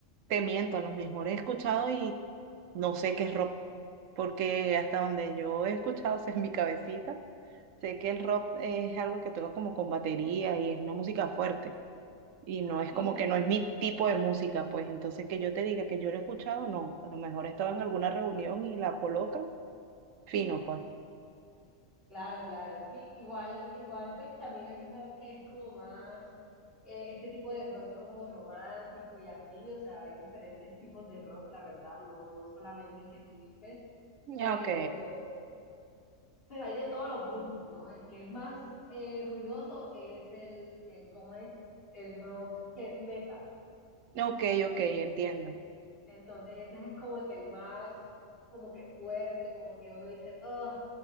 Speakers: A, on the right; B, on the left.
A: te miento, a lo mejor he escuchado y no sé qué es rock, porque hasta donde yo he escuchado, <laughs> o sea, en mi cabecita, sé que el rock es algo que toca como con batería y es una música fuerte. Y no es
B: Sí,
A: como
B: sí,
A: que no es mi tipo de música, pues entonces que yo te diga que yo lo he escuchado, no. A lo mejor estaba en alguna reunión y la colocan, fino, pues.
B: claro, claro, sí. Igual, igual, pues también hay rock que es como más, eh, este tipo de rock como romántico y así, o sea, hay diferentes tipos de rock, la verdad, no, no solamente el que tú dices, pero,
A: Ya, Ok,
B: pero hay de todos los gustos, ¿no? El que es más eh, ruidoso es el, el, ¿cómo es? El rock que es metal,
A: ok,
B: ¿no?
A: ok, entiendo.
B: Entonces, ese es como que el más, como que fuerte, como que uno dice, oh,